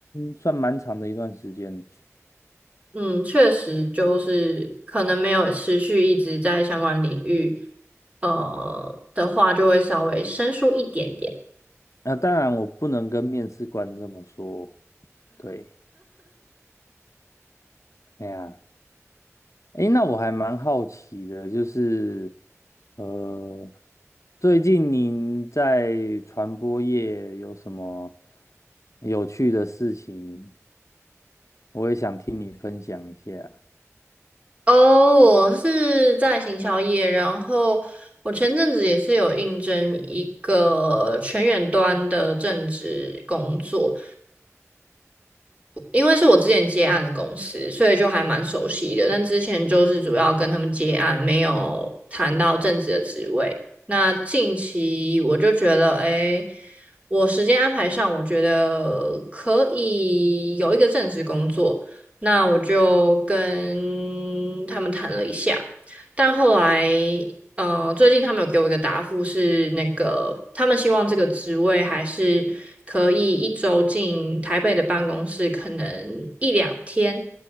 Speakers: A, on the left; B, on the right.
A: 算蛮长的一段时间。
B: 嗯，确实就是可能没有持续一直在相关领域，呃的话，就会稍微生疏一点点。
A: 啊，当然我不能跟面试官这么说，对，哎呀。诶，那我还蛮好奇的，就是呃，最近您在传播业有什么有趣的事情？我也想听你分享一下。
B: 哦，我是在行销业，然后我前阵子也是有应征一个全远端的正职工作，因为是我之前接案的公司，所以就还蛮熟悉的。但之前就是主要跟他们接案，没有谈到正职的职位。那近期我就觉得，哎，我时间安排上，我觉得可以有一个正职工作。那我就跟他们谈了一下，但后来嗯、呃最近他们有给我一个答复是，那个他们希望这个职位还是可以一周进台北的办公室，可能一两天。